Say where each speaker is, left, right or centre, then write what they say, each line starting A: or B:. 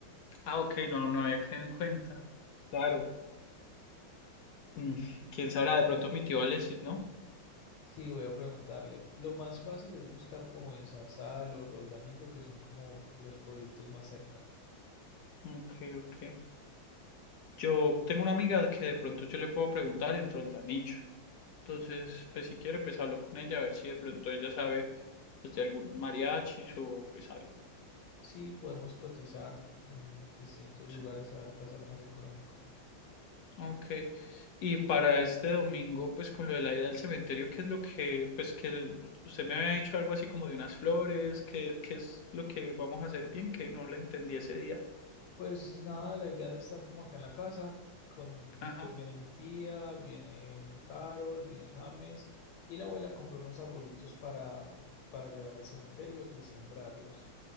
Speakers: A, on the left; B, on the left.
A: ah, ok, no, no había quedado en cuenta. Claro. Mm, quién sabrá, de pronto mi tío Alexis, ¿no?
B: Sí, voy a preguntarle. Lo más fácil es buscar como en Zarzal o Roldanillo, que son como los pueblitos más cerca.
A: Ok, ok. Yo tengo una amiga que de pronto yo le puedo preguntar en Roldanillo. Entonces, pues si quiere, pues hablo con ella a ver si de pronto ella sabe pues, de algunos mariachis o pues algo.
B: Sí, podemos cotizar en distintos lugares
A: Sí.
B: a ver cuál es el más económico.
A: Ok. Y para este domingo, pues con lo de la ida al cementerio, ¿qué es lo que, pues que usted me había dicho algo así como de unas flores? ¿Qué, qué es lo que vamos a hacer bien? Que no le entendí ese día.
B: Pues nada, la idea es estar como acá en la casa, con,
A: Ajá.
B: pues viene mi tía, viene Carol, viene James, y la abuela compró unos arbolitos para, para llevar al cementerio y sembrarlos.